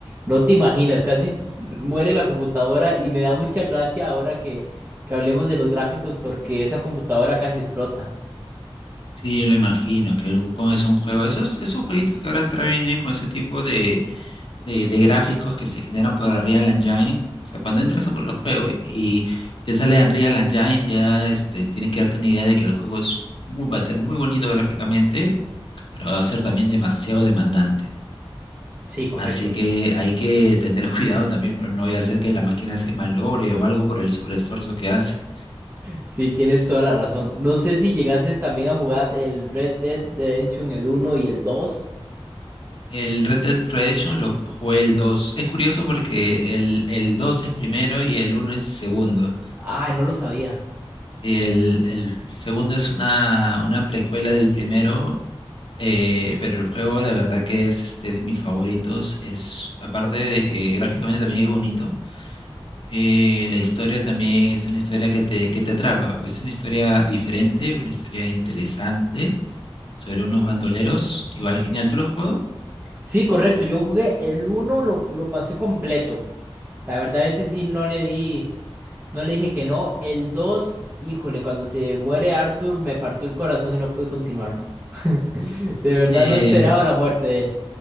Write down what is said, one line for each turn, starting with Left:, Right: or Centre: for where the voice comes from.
Right: No te imaginas, casi muere la computadora y me da mucha gracia ahora que, que hablemos de los gráficos porque esa computadora casi explota.
Left: Sí, lo imagino, que el Wukong es un juego. Esos, esos jueguitos que ahora traen con ese tipo de, de, de gráficos que se generan por Unreal Engine. O sea, cuando entras a los juegos y te sale Unreal Engine, ya este, tienes que darte una idea de que el juego es muy, va a ser muy bonito gráficamente, pero va a ser también demasiado demandante.
Right: Sí, correcto.
Left: Así que hay que tener <laughs> cuidado también, pero no voy a hacer que la máquina se malogre o algo por el sobreesfuerzo que hace.
Right: Sí, tienes toda la razón. No sé si llegases también a jugar el Red Dead Redemption, el uno y el dos.
Left: El Red Dead Redemption lo jugué el dos Es curioso porque el, el 2 es primero y el uno es segundo.
Right: Ay, no lo sabía.
Left: Y el, el segundo es una, una precuela del primero, eh, pero el juego la verdad que es este, de mis favoritos. Es, aparte de que gráficamente también es bonito, eh, la historia también es una historia que te, que te atrapa. Es una historia diferente, una historia interesante sobre unos bandoleros. Igual genial, ¿tú lo has jugado?
Right: Sí, correcto. Yo jugué el uno lo, lo pasé completo. La verdad, ese sí no le di, no le dije que no. El 2, híjole, cuando se muere Arthur me partió el corazón y no pude continuarlo. <laughs> De verdad
Left: Eh,
Right: no esperaba la muerte de él.